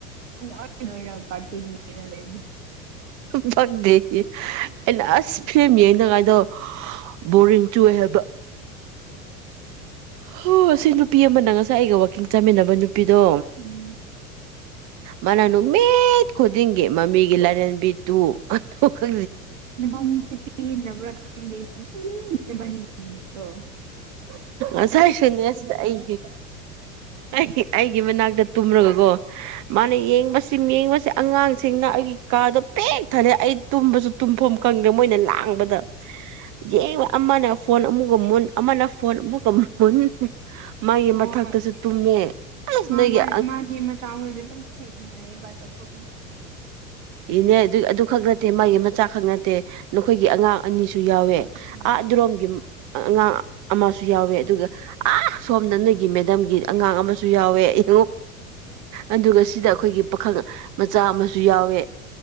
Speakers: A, on the right; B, on the right.
A: ꯏꯅꯣꯏ ꯅꯣꯏꯔꯒ ꯀꯔꯇꯨꯟ ꯉꯦꯡꯉꯥꯒ ꯂꯩꯕꯅꯦ
B: ꯐꯪꯗꯦ ꯑꯩꯅ ꯑꯁ ꯐꯤꯂꯝ ꯉꯦꯡꯅ ꯉꯥꯏꯗꯣ ꯕꯣꯔꯤꯡ ꯆꯨꯏ ꯍꯥꯏꯕ ꯍꯣ ꯁꯤ ꯅꯨꯄꯤ ꯑꯃꯅ ꯉꯁꯥꯏ ꯑꯩꯒ ꯋꯥꯛꯀꯤꯡ ꯆꯥꯃꯤꯟꯅꯕ ꯅꯨꯄꯤꯗꯣ
A: ꯎꯝ
B: ꯃꯥꯅ ꯅꯨꯃꯤꯠ ꯈꯨꯗꯤꯡꯒꯤ ꯃꯥꯃꯤꯒꯤ ꯂꯥꯏꯔꯦꯝꯕꯤ ꯇꯨ ꯑꯗꯨꯈꯛꯇ
A: ꯅꯚꯁꯤ ꯄ ꯅꯕ꯭ꯔ ꯈ <unintelligible>
B: ꯉꯁꯥꯏ <unintelligible> ꯑꯩ ꯑꯩ ꯑꯩꯒꯤ ꯃꯅꯥꯛꯇ ꯇꯨꯝꯂꯒꯀꯣ ꯃꯥꯅ ꯌꯦꯡꯕꯁꯤ ꯌꯦꯡꯕꯁꯦ ꯑꯉꯥꯡꯁꯤꯡꯅ ꯑꯩꯒꯤ ꯀꯥꯗꯣ ꯄꯦꯛ ꯊꯂꯩ ꯑꯩ ꯇꯨꯝꯕꯁꯨ ꯇꯨꯝꯐꯝ ꯈꯪꯗ꯭ꯔꯦ ꯃꯣꯏꯅ ꯂꯥꯡꯕꯗ ꯌꯦ ꯑꯃꯅ ꯐꯣꯟ ꯑꯃꯨꯛꯒ ꯃꯨꯟ ꯑꯃꯅ ꯐꯣꯟ ꯑꯃꯨꯛꯀ ꯃꯨꯟ ꯃꯥꯒꯤ
A: ꯍꯣꯏ
B: ꯃꯊꯛꯇꯁꯨ ꯇꯨꯝꯃꯦ ꯑꯁ ꯅꯣꯏꯒꯤ
A: ꯃꯥ ꯃꯥꯒꯤ ꯃ ꯆꯥꯥꯎꯕ ꯆꯠꯄ ꯐ
B: ꯏꯅꯦ ꯑꯗꯨ ꯑꯗꯨ ꯈꯛ ꯅꯠꯇꯦ ꯃꯥꯒꯤ ꯃꯆꯥ ꯈꯛ ꯅꯠꯇꯦ ꯅꯈꯣꯏꯒꯤ ꯑꯉꯥꯡ ꯑꯅꯤꯁꯨ ꯨ ꯌꯥꯎꯋꯦ
A: ꯎꯝ
B: ꯑꯥ ꯑꯗꯨꯔꯣꯝꯒꯤ ꯑꯉꯥꯡ ꯑꯃꯁꯨ ꯌꯥꯎꯋꯦ ꯑꯗꯨꯒ ꯑ ꯁꯣꯝꯗꯅ ꯅꯣꯏꯒꯤ ꯃꯦꯗꯝꯒꯤ ꯑꯉꯥꯡ ꯑꯃꯁꯨ ꯁꯨ ꯌꯥꯎꯋꯦ ꯌꯦꯡꯉ ꯑꯗꯨꯒ ꯁꯤꯗ ꯑꯩꯈꯣꯏꯒꯤ ꯄꯥꯈꯪ ꯃꯆꯥ ꯑꯃꯁꯨ ꯌꯥꯎꯋꯦ